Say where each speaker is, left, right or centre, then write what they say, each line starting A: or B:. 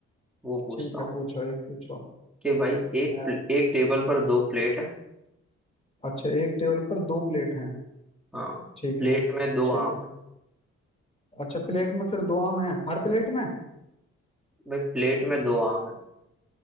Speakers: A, in the centre; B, on the left (about 20°).
A: वो पूछता
B: ठीक
A: हूँ
B: है पूछो एक पूछो
A: कि भाई एक
B: मैं
A: प्ल- एक टेबल पर दो प्लेट है
B: अच्छा एक टेबल पर दो प्लेट हैं
A: हाँ
B: ठीक
A: प्लेट
B: है
A: में दो
B: ठीक
A: आम
B: है
A: है
B: अच्छा प्लेट में फिर दो आम हैं हर प्लेट में
A: भाई प्लेट में दो आम है